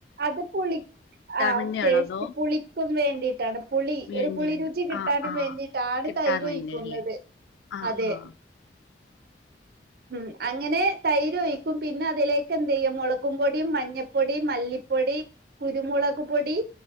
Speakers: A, on the right (about 55°); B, on the left (about 85°).
A: അത് പുളി ആ
B: വേണ്ടിയാണോ
A: ടേസ്റ്റ്
B: അതോ
A: പുളിക്കും വേ ക്കാണ് പുളി
B: വേണ്ടിയാണ്
A: ഒര് പുളിരുചി കിട്ടാനും
B: ആ ആ
A: വേണ്ടീട്ടാണ്
B: കിട്ടാൻ
A: തൈരാെയ്ക്കുന്നത്
B: വേണ്ടിയല്ലേ ആഹ്
A: അതെ
B: ആഹ്
A: ഉം അങ്ങനെ തൈരൊയ്ക്കും പിന്നെ അതിലേക്ക് എന്തെയ്യും മൊളകും പൊടിം മഞ്ഞപ്പൊടി മല്ലിപ്പൊടി കുരുമുളക് പൊടി